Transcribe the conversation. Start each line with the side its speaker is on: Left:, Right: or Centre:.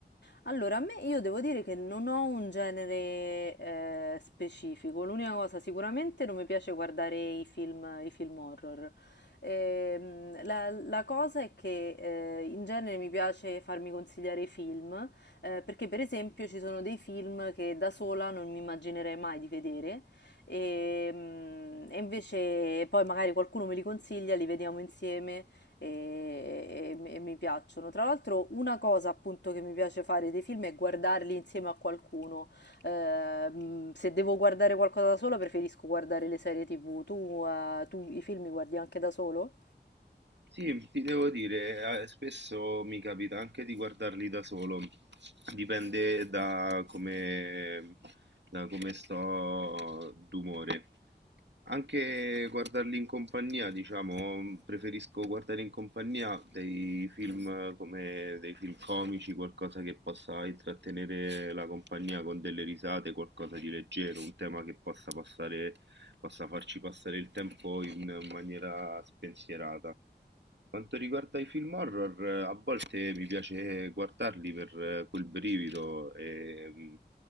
Left: Allora, a me io devo dire che non ho un genere eh, specifico. L'unica cosa, sicuramente non mi piace guardare i film, i film horror. Ehm, la, la cosa è che eh, in genere mi piace farmi consigliare i film, eh, perché per esempio ci sono dei film che da sola non mi immaginerei mai di vedere. E, mm, e invece poi magari qualcuno me li consiglia, li vediamo insieme e, e- e mi piacciono. Tra l'altro, una cosa appunto che mi piace fare dei film è guardarli insieme a qualcuno. Ehm, se devo guardare qualcosa da solo, preferisco guardare le serie TV. Tu, eh, tu i film li guardi anche da solo?
Right: Sì, ti devo dire, eh, spesso mi capita anche di guardarli da solo, dipende da come, da come sto d'umore. Anche guardarli in compagnia, diciamo, preferisco guardare in compagnia dei film come dei film comici, qualcosa che possa intrattenere la compagnia con delle risate, qualcosa di leggero, un tema che possa passare, possa farci passare il tempo in maniera spensierata. Quanto riguarda i film horror, eh, a volte mi piace guardarli per eh, quel brivido e mm,